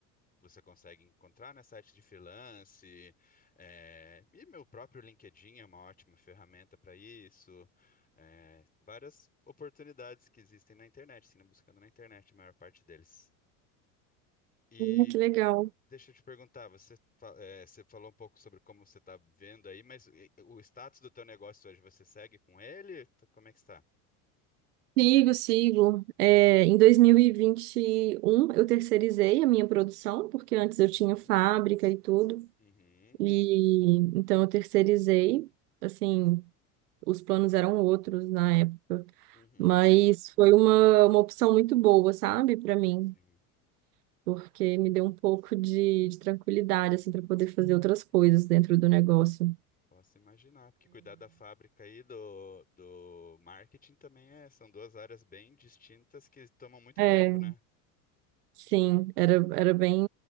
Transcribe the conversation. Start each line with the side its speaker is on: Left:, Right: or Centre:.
Left: você consegue encontrar, né? Sites de freelance, é, e meu próprio LinkedIn é uma ótima ferramenta para isso. é, várias oportunidades que existem na internet, sim, buscando na internet a maior parte deles. E
Right: Hum, que legal.
Left: deixa eu te perguntar, você, fa- é, você falou um pouco sobre como você está vendo aí, mas e- o status do teu negócio hoje, você segue com ele? Como é que está?
Right: Sigo, sigo. É, em dois mil e e vinte e um eu terceirizei a minha produção, porque antes
Left: Uhum.
Right: eu tinha fábrica e tudo,
Left: Uhum,
Right: e então eu terceirizei. Assim, os planos eram outros na época,
Left: uhum,
Right: mas foi uma, uma opção muito boa, sabe, para mim,
Left: sim.
Right: porque me deu um pouco de, de tranquilidade, assim, para poder fazer outras coisas dentro do negócio.
Left: Posso imaginar, porque cuidar da fábrica e do, do marketing também é, são duas áreas bem distintas que tomam muito
Right: É,
Left: tempo,
Right: é,
Left: né?
Right: sim, era, era bem